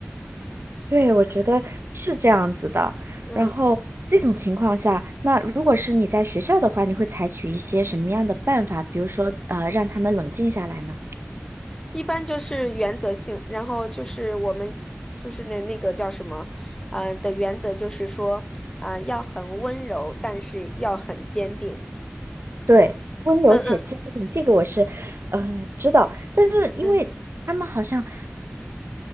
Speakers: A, on the right; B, on the left.
A: 对，我觉得是这样子的。
B: 嗯。
A: 然后这种情况下，那如果是你在学校的话，你会采取一些什么样的办法？比如说，呃，让他们冷静下来呢？
B: 一般就是原则性，然后就是我们就是那那个叫什么，呃的原则就是说，啊、要很温柔，但是要很坚定。
A: 对，温柔且坚定，
B: 嗯
A: 这个我是，呃，知道。但是因为他们好像。
B: 嗯嗯。